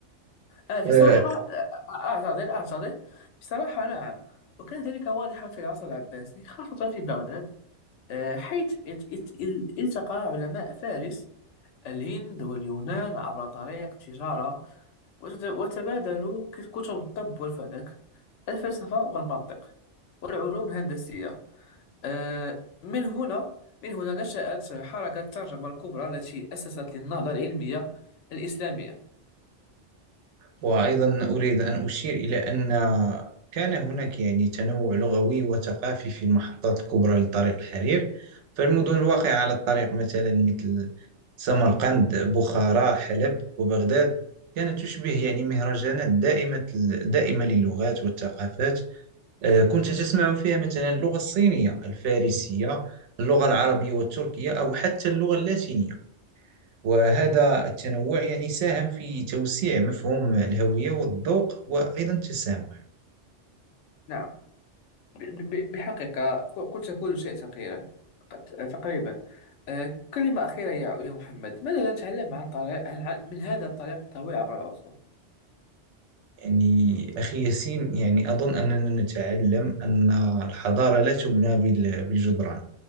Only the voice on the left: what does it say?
آه، في
صراحة آه، آه، أعتذر أعتذر في صراحة نعم وكان ذلك واضحا في العصر العباسي خاصة في بغداد آه، حيث ات- ات- ال- التقى علماء فارس الهند واليونان عبر طريق التجارة وتت- وتبادلوا كت- كتب الطب والفلك الفلسفة والمنطق والعلوم الهندسية آه، من هنا من هنا نشأت حركة الترجمة الكبرى التي أسست للنهضة العلمية الإسلامية
نعم ب- ب- بحقيقة قلت كل شيء تقريبا تقريبا آه، كلمة أخيرة يا يا محمد ماذا نتعلم عن طريق عن عن- من هذا الطريق الطويل عبر العصور